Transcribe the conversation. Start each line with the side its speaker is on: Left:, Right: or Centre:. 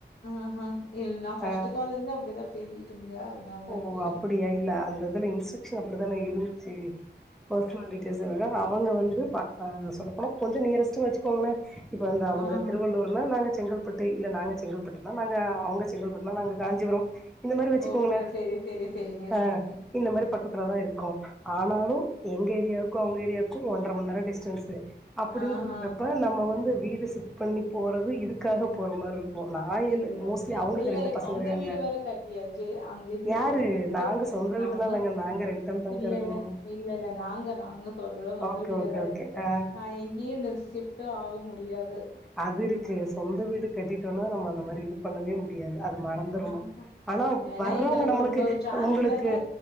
Left: ஆஹ நா ஃபஸ்ட்
Centre: ஆ
Left: கால் இருந்து அப்டிதா பேசிட்டு இருந்தே அதனாலதா
Centre: ஓ
Left: கேட்டே
Centre: அப்படியா இல்ல அந்த இதுல இன்ஸ்ட்ரக்ஷன் அப்படித்தானே இருந்துச்சு பர்சனல் டீட்டெய்ல்ஸ் வேற அவுங்க வந்து பத்தா சொல்ல போனா கொஞ்சோ நியரஸ்ட் வச்சுக்கோங்ளே இப்ப வந்து அவுங்க
Left: ஆஹா
Centre: திருவள்ளூர்ல நாங்க செங்கல்பட்டு இல்ல நாங்க செங்கல்பட்டு தா நாங்க அவுங்க செங்கல்பட்டு நாங்க காஞ்சிபுரம் இந்த மாரி வச்சுக்கோங்க
Left: ஓகே சரி சரி சரிங்க
Centre: ஹ
Left: சரிங்க.
Centre: இந்த மாரி பக்கத்துல தா இருக்கோ ஆனாலு எங்க ஏரியாவுக்கு அவூங்க ஏரியாவுக்கு ஒன்ற மணி நேர டிஸ்டன்ஸு அப்டின்றக்கப்ப
Left: ஆஹா
Centre: நம்ம வந்து வீடு ஷிஃப்ட் பண்ணி போறது இதுக்காக போற மாரி இருக்கு நா என்ன
Left: இல்ல
Centre: மோஸ்ட்லி அவங்களுக்கு
Left: இல்ல
Centre: ரெண்டு பசங்க
Left: சொந்த
Centre: இருக்காங்க
Left: வீடு வேற கட்டியாச்சு அங்க இங்கய
Centre: யாரு
Left: நம்ம இங்க
Centre: நாங்க
Left: போ
Centre: சொந்த
Left: நாங்க
Centre: வீட்டுலா இல்லங்க நாங்க ரெண்டல் தாங்க
Left: இல்ல
Centre: இருக்கோ
Left: இல்ல இல்ல இல்ல நாங்க நாங்க சொல்றது வந்து
Centre: ஓகே
Left: வீடெல்லா
Centre: ஓகே ஓகே
Left: இருக்குது
Centre: அ
Left: நா எங்கேயு இந்த ஷிப்ட் விட்டு ஆக முடியாது
Centre: அது இருக்கு சொந்த வீடு கட்டிட்டோன்னா நம்ம அந்த மா ரி இது பண்ணவே முடியாது அது மறந்துரணு
Left: ஆமா
Centre: ஆனா
Left: வேண்ணா
Centre: வர்றவங்க
Left: எங்களுக்கு
Centre: நம்மளுக்கு
Left: உன்னொரு சான்ஸ்
Centre: உங்களுக்கு
Left: வேண்ணா